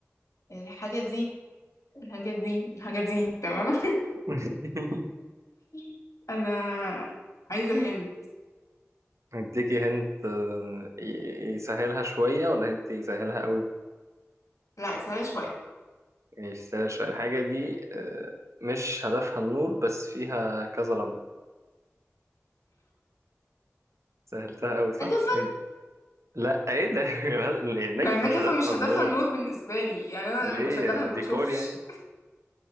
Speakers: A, on the left; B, on the right.
A: الحاجه دي الحاجه دي الحاجه دي تمام
B: <laughs>
A: <laughs> انا عايزه هند
B: اديكي هنت آه، ي- يسهلها شوية ولا هنت يسهلها قوي
A: لا سهله شويه
B: يعني يسهلها شوية الحاجة دي آه، مش هدفها النور بس فيها كذا لمبة سهلتها قوي صح؟
A: نجفه
B: إيه ده؟ لا ايه ده <laughs> النجف
A: ما النجفه
B: مش هدفها
A: مش هدفها
B: النور
A: النور بالنسبه لي يعني انا
B: ليه
A: لما بشغلها ما
B: ديكور
A: بشوفش
B: يعني